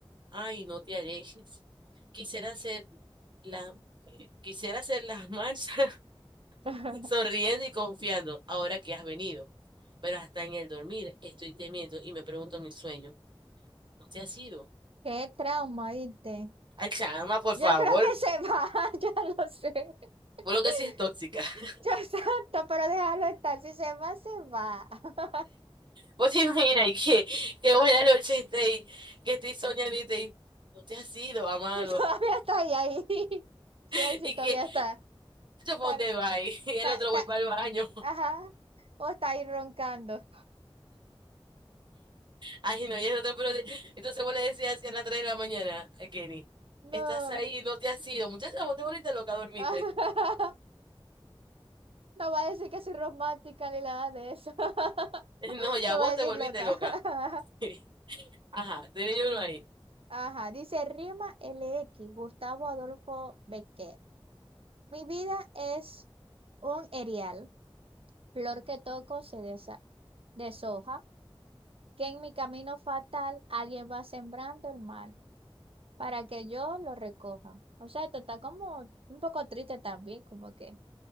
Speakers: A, on the right (about 55°); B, on the right (about 75°).
A: Ay, no te alejes. Quisiera hacer la, eh, quisiera hacer las marchas <laughs>
B: <laughs>
A: sonriendo y confiando ahora que has venido. Pero hasta en el dormir estoy temiendo y me pregunto mi sueño. ¿No te has ido?
B: Qué trauma, ¿viste?
A: Ay, chama, por
B: Yo
A: favor.
B: creo que se va, <laughs> ya lo sé. <laughs>
A: Por lo que sí es tóxica. <laughs>
B: Yo santo, pero déjalo estar. Si se va, se va. <laughs>
A: Vos te imaginas y que, que buena noche estoy, que estoy soñando y te no te has ido, amado.
B: Todavía está ahí, <laughs> ahí. Sí,
A: <laughs>
B: ahí sí,
A: Y
B: todavía
A: que,
B: está.
A: yo
B: Está,
A: ponte bye. <laughs> Y el
B: está,
A: otro
B: está-
A: voy para el baño.
B: Ajá. O está ahí roncando.
A: Ay, no, ya no te puedo. Entonces vos le decías así a las 3 de la mañana a Kenny,
B: No.
A: estás ahí, no te has ido. Muchacha, vos te volviste loca, dormiste.
B: <laughs> No va a decir que soy romántica ni nada de eso. <laughs>
A: <laughs> No, ya
B: Me
A: vos
B: va a
A: te
B: decir
A: volviste
B: loca.
A: loca.
B: <laughs>
A: <laughs> Ajá, de niño uno ahí.
B: Ajá, dice Rima l x Gustavo Adolfo Becker. Mi vida es un erial, flor que toco se desa- deshoja, que en mi camino fatal alguien va sembrando el mal para que yo lo recoja. O sea, esto está como un poco triste también, como que